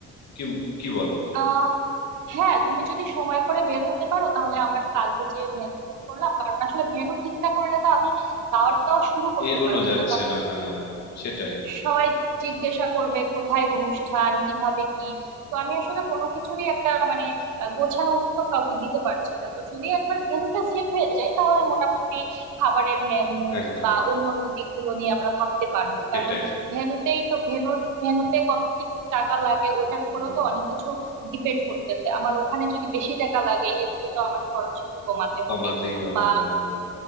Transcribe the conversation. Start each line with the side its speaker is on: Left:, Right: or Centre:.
Left: কি কি বলো
Right: তো হ্যাঁ তুমি যদি সময় করে বের হতে পারো তাহলে আমরা কালকে যে ভেন্যু সেট করলাম কারণ আসলে ভেন্যু ঠিক না করলে তো আমি দাওয়াতটাও শুরু করতে
Left: এগোনো
Right: পারবো
Left: যাচ্ছে
Right: না কারণ
Left: না হ্যাঁ সেটাই
Right: সবাই জিজ্ঞাসা করবে কোথায় অনুষ্ঠান কিভাবে কি তো আমি আসলে কোনো কিছুরই একটা মানে আহ, গোছানো উত্তর কাউকে দিতে পারছি না তো যদি একবার ভেন্যুটা সেট হয়ে যায় তাহলে মোটামুটি খাবারের মেনু
Left: একদম
Right: বা অন্য দিকগুলো নিয়ে আমরা ভাবতে পারবো
Left: সেটাই
Right: কারণ ভেন্যুতেই তো ভেন্যুর ভেন্যুতে কত কি টাকা লাগে ওটার উপরও
Left: হুম
Right: তো অনেক কিছু ডিপেন্ড করতেছে আমার ওখানে যদি বেশি টাকা লাগে এদিকে তো আমার খরচ একটু কমাতে
Left: কমাতেই
Right: হবে
Left: হবে
Right: বা
Left: হ্যাঁ